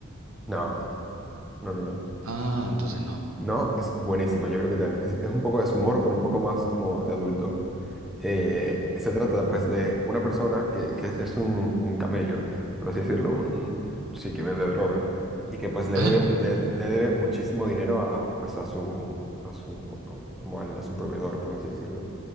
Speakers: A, in the centre; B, on the right (about 80°).
A: No, no, no, no.
B: Ah, entonces no.
A: No, es buenísima. Yo creo que te- es, es un poco de su humor, pero un poco más como de adulto. Eh, se trata pues de una persona que, que es un, un camello, por así decirlo, un, sí, que vende droga y que pues le
B: <laughs>
A: debe,
B: Ajá,
A: le, de- le debe muchísimo dinero a, pues, a su, a su, como al- a su proveedor, por así decirlo.